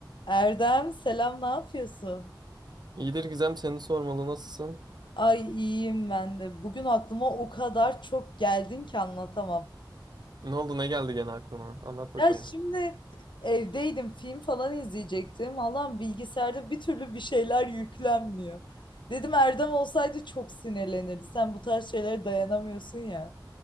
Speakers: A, on the left; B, on the right.
A: Erdem selam ne yapıyorsun?
B: İyidir Gizem seni sormalı nasılsın?
A: Ay iyiyim ben de. Bugün aklıma o kadar çok geldin ki anlatamam.
B: Ne oldu ne geldi gene aklına? Anlat bakayım.
A: Ya şimdi evdeydim film falan izleyecektim. Allah'ım bilgisayarda bir türlü bir şeyler yüklenmiyor. Dedim Erdem olsaydı çok sinirlenirdi. Sen bu tarz şeylere dayanamıyorsun ya.